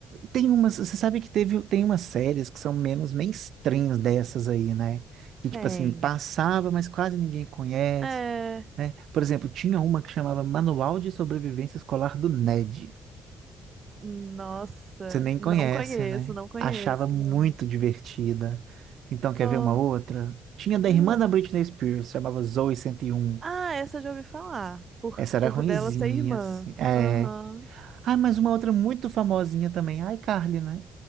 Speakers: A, on the right (about 70°); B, on the right (about 40°).
A: tem umas, você sabe que teve, tem umas séries que são menos mainstreams dessas aí, né? Que tipo
B: Tem.
A: assim, passava, mas quase ninguém conhece,
B: É,
A: né? Por exemplo, tinha uma que chamava Manual de Sobrevivência Escolar do Ned.
B: nossa,
A: Você nem
B: não
A: conhece,
B: conheço,
A: né?
B: não conheço,
A: Achava muito
B: não.
A: divertida. Então, quer
B: Oh,
A: ver uma outra? Tinha da
B: hum.
A: irmã da Britney Spears, chamava Zoe 101.
B: Ah, essa eu já ouvi falar. Por,
A: Essa era
B: por
A: ruinzinha,
B: dela ser irmã.
A: assim. É.
B: Aham.
A: Ah, mas uma outra muito famosinha também, a iCarly, né?